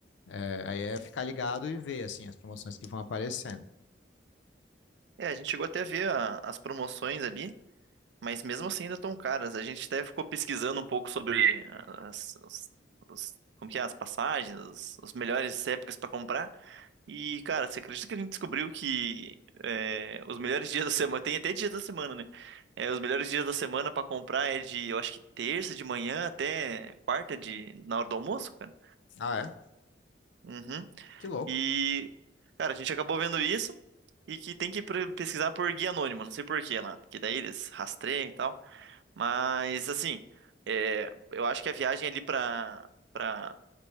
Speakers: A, on the left (about 75°); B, on the right (about 65°).
A: É, aí é ficar ligado e ver, assim, as promoções que vão aparecendo.
B: É, a gente chegou até a ver a- as promoções ali. Mas mesmo assim ainda tão caras. A gente até ficou pesquisando um pouco sobre ah, as, os- os- como que é, as passagens, os, os melhores épocas para comprar. E, cara, você acredita que a gente descobriu que é, os melhores dias da semana, tem até dias da semana, né? É, os melhores dias da semana para comprar é de, eu acho que terça de manhã até quarta de, na hora do almoço, cara.
A: Ah, é?
B: Uhum.
A: Que louco.
B: E, cara, a gente acabou vendo isso e que tem que pre- pesquisar por guia anônima não sei por quê lá, porque daí eles rastreiam e tal. Mas assim, é, eu acho que a viagem ali pra para